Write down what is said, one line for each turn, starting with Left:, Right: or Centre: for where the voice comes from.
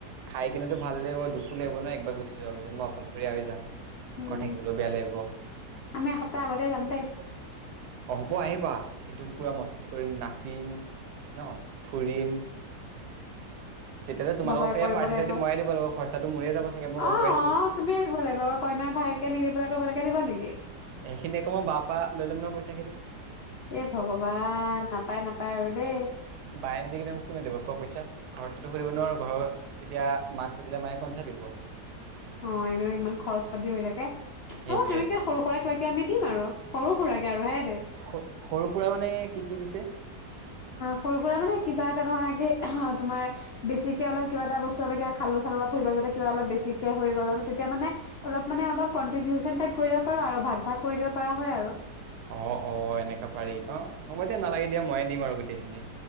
Right: খাই কিনোতো ভাল লাগিব, দুখো লাগিব ন একবাৰ গুচি যোৱাৰ পিছত মই অকলশৰীয়া হৈ যাম।
Left: উম,
Right: ঘৰত থাকিবলৈও বেয়া লাগিব
Left: আমি এসপ্তাহ আগতে যাম দেই।
Right: অ হ'ব আহিবা একদোম পুৰা মষ্টি কৰিম, নাচিম নহ। ফুৰিম। তেতিয়াতো তোমালোকক
Left: বজাৰ
Right: চাগে
Left: কৰিব
Right: পাৰ্টি
Left: লাগিব,
Right: চাৰ্টি ময়ে দিব লাগিব খৰচাটো মোৰে যাব চাগে মই
Left: অ
Right: গম
Left: -অহ
Right: পাইছো
Left: তুমিয়ে দিব লাগিব আকৌ কইনাৰ ভায়েকে নিদিবলৈ আকৌ বেলেকে দিব নেকি!
Right: সেইখিনি আকৌ মই বাৰ পৰা লৈ ল'ম ন পইচাখিনি
Left: এ ভগৱান নাপায় নাপায় আৰু এই
Right: বায়ে নিদিলে মোক কোনে দিব কোৱা পইচা? ঘৰততোতো <unintelligible> নোৱাৰোঁ, ঘৰৰ, এতিয়া মাক খুজিলে মায়ে কোনচা দিব?
Left: অ', এনে ইমান খৰচ পাতি হৈ থাকে।
Right: সেইটোৱে
Left: অ এনেকে সৰু সুৰা কিবা কিবি আমি দিম আৰু সৰু সুৰাকে আৰু হেই
Right: স-সৰু সুৰা মানে কি কি পিছে?
Left: সৰু সুৰা মানে কিবা এটা ধৰা কি অ, তোমাৰ বেছিকে অলপ কিবা এটা বস্তু <unintelligible> খালো চালো বা ফুৰিব যদি কিবা অলপ বেছিকে হৈ গ'ল, তেতিয়া মানে অলপ মানে অলপ কনট্ৰিবিউচন টাইপ কৰিব পাৰা আৰু, ভাগ ভাগ কৰি দিব পাৰা হয় আৰু
Right: অ', অ, এনেকে পাৰি ন? হ'ব দিয়া, নালাগে দিয়া ময়ে দিম আৰু গোটেইখিনি।